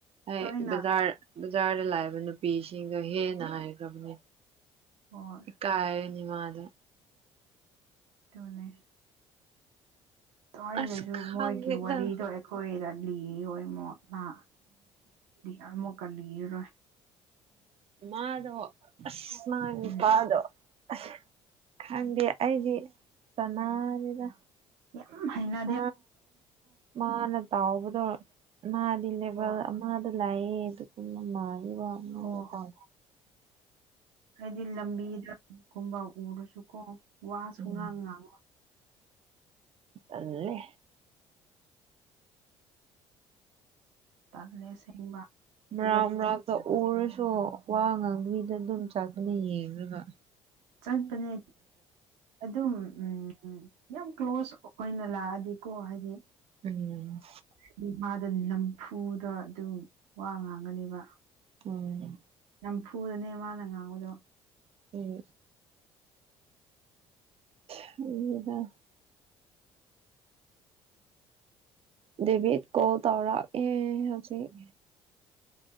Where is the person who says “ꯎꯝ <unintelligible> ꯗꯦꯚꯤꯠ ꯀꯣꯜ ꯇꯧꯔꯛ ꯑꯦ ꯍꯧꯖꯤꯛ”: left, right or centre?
Right